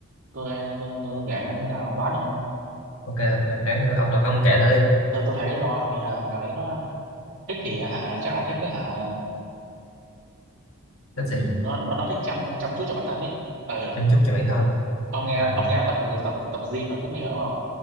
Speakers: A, on the right; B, on the left.
A: tôi tôi, tôi kể nó như thế nào ông đoán được không
B: ok ok đáng thử ông nào ông kể thử đi
A: tôi tôi thấy nó kiểu như là thằng đấy nó thích thì á hả chắc là thích á hả ừm,
B: thích gì
A: nó nó nó thích chăm chăm chút cho bản thân ấy ừ
B: chăm chút cho bản thân
A: ông nghe
B: à,
A: ông nghe nó tập tập tập gym là cũng hiểu đúng không